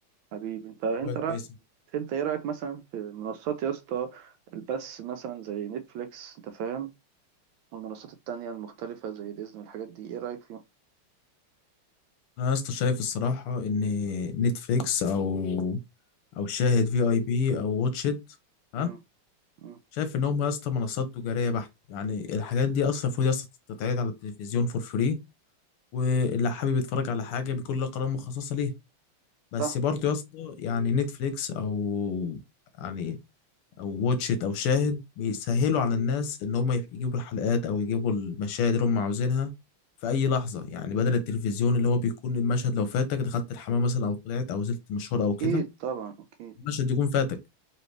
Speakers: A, on the right; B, on the left.
A: حبيبي انت انت
B: روايه
A: رايك
B: كويسه
A: انت ايه رايك مثلا في منصات يا اسطى البث مثلا زي نتفليكس انت فاهم والمنصات التانية المختلفة زي ديزني والحاجات دي ايه رايك فيهم
B: انا يا اسطى شايف الصراحه ان نتفليكس او او شاهد في اي بي او واتشيت ها
A: مم. مم.
B: شايف ان هم يا اسطى منصات تجاريه بحته يعني الحاجات دي اصلا المفروض يا اسطى تتعرض على التلفزيون فور فري واللي حابب يتفرج على حاجه بيكون لها قناه مخصصه ليها بس
A: صح
B: برضه يا اسطى يعني نتفليكس او يعني او واتش ات او شاهد بيسهلوا على الناس ان هم يجيبوا الحلقات او يجيبوا المشاهد اللي هم عاوزينها في اي لحظه يعني بدل التلفزيون اللي هو بيكون المشهد لو فاتك دخلت الحمام مثلا او طلعت او نزلت مشوار او
A: اكيد
B: كده
A: طبعا اكيد
B: المشهد يكون فاتك